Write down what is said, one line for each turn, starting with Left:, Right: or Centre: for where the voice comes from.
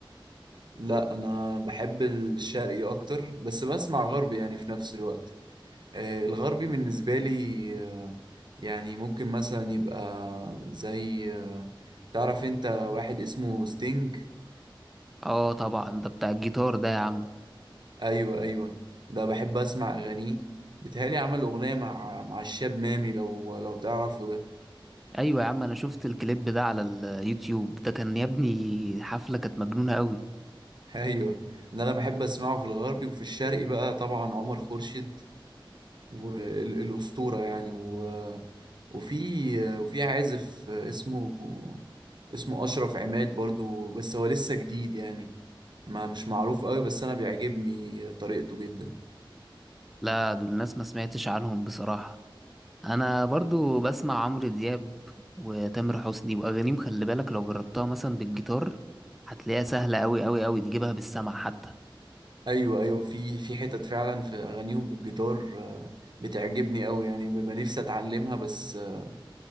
Right: لا انا بحب الشرقي اكتر بس بسمع غربي يعني في نفس الوقت آه، الغربي بالنسبة لي آه، يعني ممكن مثلا يبقى زي آه، تعرف انت واحد اسمه ستينج
Centre: اه طبعا ده بتاع الجيتار ده يا عم
Right: ايوه ايوه ده بحب اسمع اغانيه بيتهيألي عمل اغنيه مع مع الشاب مامي لو لو تعرفه ده
Centre: أيوة يا عم أنا شفت الكليب ده على اليوتيوب ده كان يا ابني حفلة كانت مجنونة أوي
Right: <laughs> ايوه ده انا بحب اسمعه في الغربي وفي الشرقي بقى طبعا عمر خورشيد والاسطوره يعني و... وفي وفي عازف اسمه اسمه اشرف عماد برضو بس هو لسه جديد يعني ما مش معروف قوي بس انا بيعجبني طريقته جدا
Centre: لا دول الناس ما سمعتش عنهم بصراحة انا برضو بسمع عمرو دياب وتامر حسني واغانيهم خلي بالك لو جربتها مثلا بالجيتار هتلاقيها سهلة قوي قوي قوي تجيبها بالسمع حتى
Right: ايوه ايوه في في حتت فعلا في اغانيهم بالجيتار آه، بتعجبني قوي يعني ببقى نفسي اتعلمها بس آه،